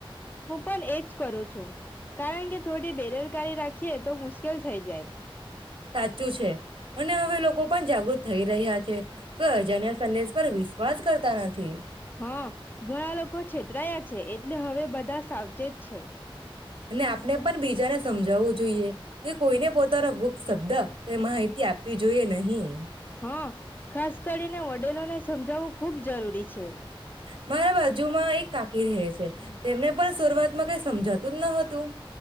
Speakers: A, on the left; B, on the right.
A: હું પણ એજ કરું છું કારણ કે થોડી બેદરકારી રાખીએ તો મુશ્કેલ થઈ જાય.
B: સાચું છે અને હવે લોકો પણ જાગૃત થઈ રહ્યા છે. કોઈ અજાણ્યા સંદેશ પર વિશ્વાસ કરતા નથી
A: હા ઘણા લોકો છેતરાયા છે. એટલે હવે બધા સાવચેત છે.
B: અને આપને પણ બીજાને સમજાવવું જોઈએ. તે કોઈને પોતાનો ગુપ્ત શબ્દ કે માહિતી આપવી જોઈએ નહી.
A: હા ખાસ કરીને વડેલોને સમજાવવું ખુબ જરૂરી છે.
B: હા. મારા બાજુમાં એક કાકી રહે છે તેમને પણ શરૂઆતમાં કઈ સમજાતું જ ન હતું